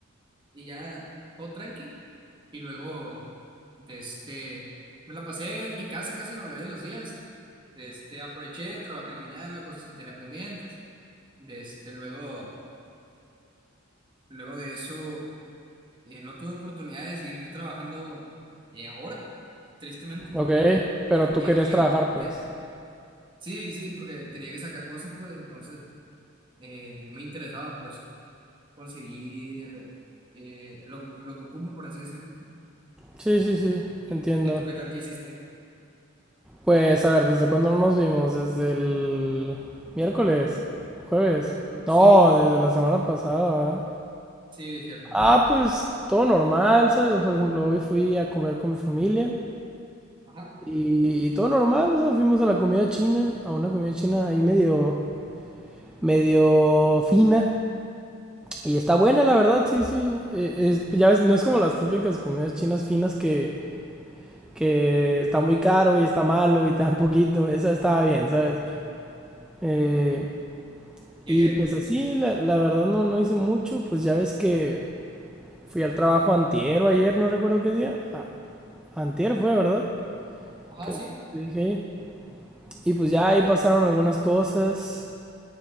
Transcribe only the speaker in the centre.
Ok, pero tú
querías
trabajar,
pues.
Sí, sí, sí,
entiendo.
Pues a ver, ¿desde cuándo no nos vimos? ¿Desde el miércoles? ¿Jueves?
No,
desde
la semana pasada, ¿verdad?
Ah, pues todo normal, ¿sabes? Por ejemplo, hoy fui a comer con mi familia
y, y todo normal, o sea, fuimos a la comida china, a una comida china ahí medio, medio fina. Y está buena, la verdad, sí, sí. Eh, es- pues, ya ves, no es como las típicas comidas chinas finas que, que está muy caro y está malo y te dan poquito. Esa estaba bien, ¿sabes? Eh,
y
pues así,
la, la verdad no, no hice mucho. Pues ya ves que fui al trabajo antier o ayer, no recuerdo qué día. A- antier fue, ¿verdad?
que-
creo que te dije ahí. Y pues ya ahí pasaron algunas cosas.